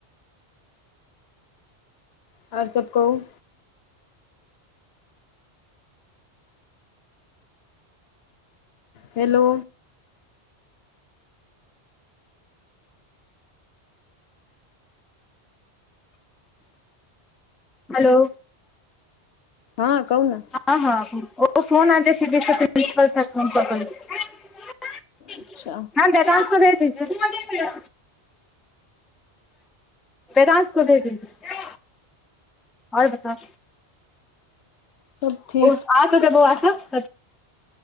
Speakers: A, on the left; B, in the centre.
A: आओर सब कहू हेलो
B: हेलो
A: हँ कहु नऽ
B: हँ हँ ओ फोन आबि जाय छै प्रंसिपल सर फोन सँ कहै छथिन
A: अच्छा
B: हँ देवांश को भेज दिजिये देवांश को दे दीजिये आओर बताउ
A: सब ठीक
B: आहाँ सभके बौआ सभ